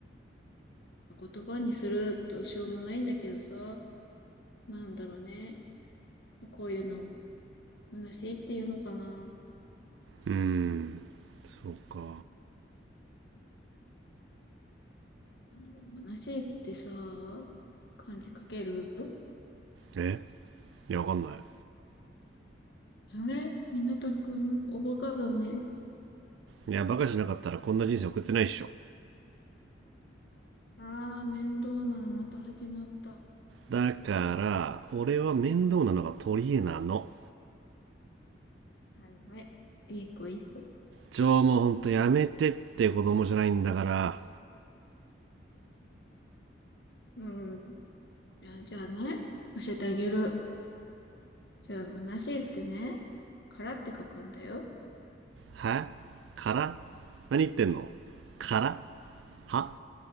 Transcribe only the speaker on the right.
うーんそうか
えいやわかんない
いやバカじゃなかったらこんな人生送ってないっしょ
だから俺は面倒なのが取り柄なの
じゃあもうほんとやめてって子供じゃないんだから
はから何言ってんのからは